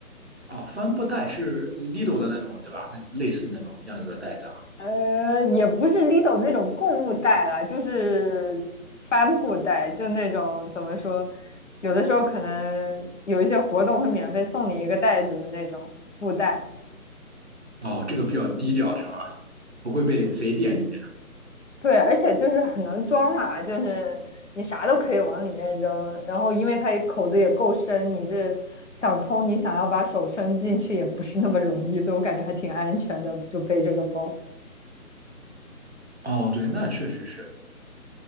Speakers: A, on the right; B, on the left.
A: 哦，帆布袋是 Lidl 的那种，对吧？那类似那种样子的袋子
B: 呃，也不是 Lido 那种购物袋啦，就是帆布袋，就那种怎么说，有的时候可能有一些活动会免费送你一个袋子的那种布袋。
A: 啊。哦，这个比较低调是吧？不会被贼惦记。
B: 对，而且就是很能装嘛，就是你啥都可以往里面扔，然后因为它也口子也够深，你这想偷你想要把手伸进去也不是那么容易，所以我感觉还挺安全的，就背这个包。
A: 哦，对，那确实是。